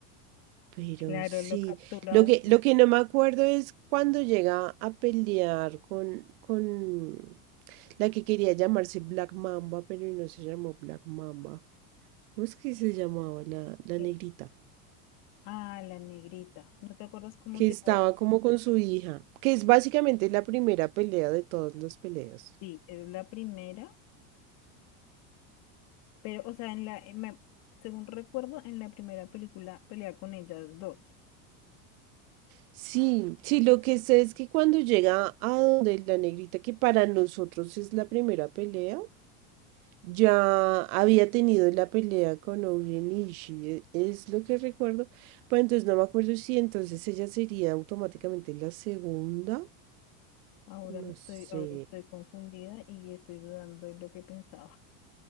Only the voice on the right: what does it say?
Pero
sí,
lo
que, lo que no me acuerdo es cuando llega a pelear con, con la que quería llamarse Black Mamba, pero no se llamó Black Mamba. ¿Cómo es que se llamaba la, la
negrita?
Que
estaba
como con su hija, que es básicamente la primera pelea de todas las peleas.
Sí, sí, lo que sé es que cuando llega a donde la negrita, que para nosotros es la primera pelea, Ya había tenido la pelea con Orien Ishii, e- es lo que recuerdo. Pues entonces no me acuerdo si entonces ella sería automáticamente la segunda.
No
sé.